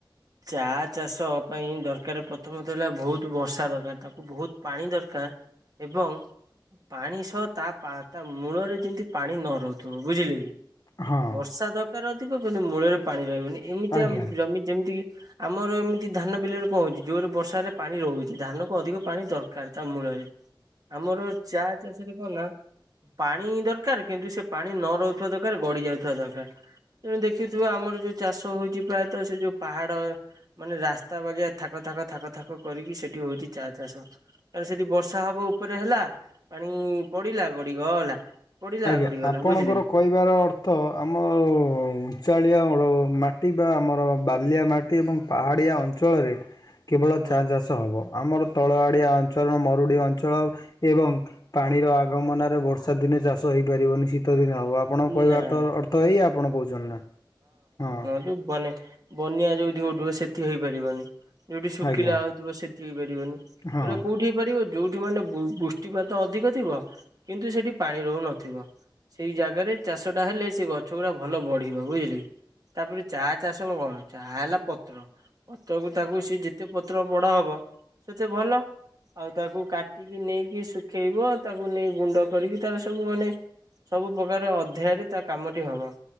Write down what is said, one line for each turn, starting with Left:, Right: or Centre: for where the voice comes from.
Right: ଚା ଚାଷ ପାଇଁ ଦରକାର ପ୍ରଥମତଃ ହେଲା ବହୁତ ବର୍ଷା ଦରକାର ତାକୁ ବହୁତ ପାଣି ଦରକାର। ଏବଂ ପାଣି ସହ ତା ପା ତା ମୂଳରେ ଯେମିତି ପାଣି ନ ରହୁଥିବ ବୁଝିଲେ କି?
Left: ହଁ
Right: ବର୍ଷା ଦରକାର ଅଧିକ କିନ୍ତୁ ମୂଳରେ ପାଣି ରହିବନି ଏମିତି
Left: ଆଜ୍ଞା।
Right: ଆମ ଜମି ଯେମିତି କି ଆମର ଏମିତି ଧାନ ବିଲରେ କଣ ହଉଛି ଯୋଉଟ ବର୍ଷା ହେଲେ ପାଣି ରହୁଛି ଧାନ କ ଅଧିକ ପାଣି ଦରକାର ତା ମୂଳରେ ଆମର ଚା ଚାଷରେ କଣ ନା ପାଣି ଦରକାର କିନ୍ତୁ ସେ ପାଣି ନ ରହୁଥିବା ଦରକାର ଗଡି ଯାଉଥିବା ଦରକାର। ତେଣୁ ଦେଖୁଥିବ ଆମର ଯୋଉ ଚାଷ ହଉଛି ପ୍ରାୟତଃ ସେ ଯୋଉ ପାହାଡ଼ ମାନେ ରାସ୍ତା ବାଗିଆ ଥାକ ଥାକ ଥାକ ଥାକ କରିକି ସେଠି ହଉଛି ଚା ଚାଷ କାରଣ ସେଠି ବର୍ଷା ହବ ଉପରେ ହେଲା ପାଣି ପଡିଲା ଗଡିଗଲା। ପଡିଲା
Left: ଆଜ୍ଞା
Right: ଗଡିଗଲା
Left: ଆପଣଙ୍କର
Right: ବୁଝିଲେ କି
Left: କହିବାର ଅର୍ଥ ଆମ ଉଚାଳିଆ ମାଟି ବା ଆମର ବାଲିଆ ମାଟି ଏବଂ ପାହାଡ଼ିଆ ଅଞ୍ଚଳରେ କେବଳ
Right: ହଁ
Left: ଚା ଚାଷ ହେବ ଆମର ତଳଆଡ଼ିଆ ଅଞ୍ଚଳ ମରୁଡ଼ି ଅଞ୍ଚଳ ଏବଂ ପାଣିର ଆଗମନରେ ବର୍ଷା ଦିନେ ଚାଷ ହେଇପାରିବନି ଶୀତ ଦିନ ହେବ ଆପଣଙ୍କ କହିବାର
Right: ନାଇଁ।
Left: ତ ଅର୍ଥ ଏଇ ଆପଣ କହୁଛନ୍ତି ନା ହଁ।
Right: ମାନେ ବନ୍ୟା ଯୋଉଠି ଉଠିବ ସେଠି ହେଇପାରିବନି। ଯୋଉଠି ଶୁଖିଲା
Left: ଆଜ୍ଞା
Right: ହଉଥିବ ସେଠି ହେଇପାରିବନି
Left: ହଁ।
Right: ଏଇଟା କୋଉଠି ଯୋଉଠି ମାନେ ବୃଷ୍ଟିପାତ ଅଧିକ ଥିବ କିନ୍ତୁ ସେଠି ପାଣି ରହୁନଥିବ ସେଇ ଜାଗା ଆଗରେ ଚାଷ ଟା ହେଲେ ସେ ଗଛ ଗୁଡା ଭଲ ବଢିବ ବୁଝିଲି। ତାପରେ ଚା ଚାଷ କ କଣ ଚା ହେଲା ପତ୍ର ପତ୍ରକୁ ତାକୁ ସେ ଯେତେ ପତ୍ର ବଡ ହବ ସେତେ ଭଲ। ଆଉ ତାକୁ କାଟିକି ନେଇକି ଶୁଖେଇବ ତାକୁ ନେଇ ଗୁଣ୍ଡ କରିକି ତାର ସବୁ ମାନେ ସବୁ ପ୍ରକାର ଅଧ୍ୟାୟରେ ତା କାମଟି ହବ।